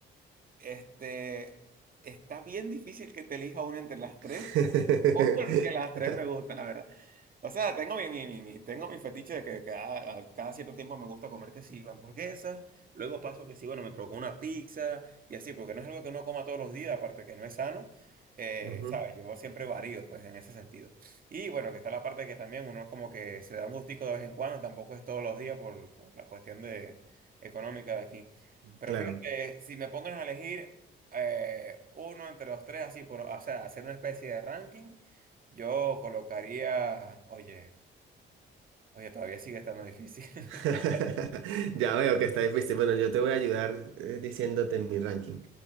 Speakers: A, on the right; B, on the right.
A: este, está bien difícil que te elija una entre las tres,
B: <laughs>
A: <laughs> porque las tres me gustan, la verdad. O sea, tengo mi, mi, mi, mi- tengo mi fetiche de que cada, a cada cierto tiempo me gusta comer que sí, hamburguesas, luego paso que sí, bueno, me provoca una pizza y así, porque no es algo que uno coma todos los días, aparte que no es sano, eh,
B: Ujú,
A: ¿sabes? Yo siempre varío, pues, en ese sentido. Y bueno, que está la parte que también uno como que se da un gustico de vez en cuando, tampoco es todos los días por, por la cuestión de, económica de aquí. Pero
B: Claro.
A: fíjate, si me pongan a elegir eh, uno entre los tres, así, por, o sea, hacer una especie de ranking. Yo colocaría, oye, oye, todavía sigue estando difícil. <laughs>
B: <laughs> Ya veo que está difícil. Bueno, yo te voy a ayudar eh, diciéndote mi ranking.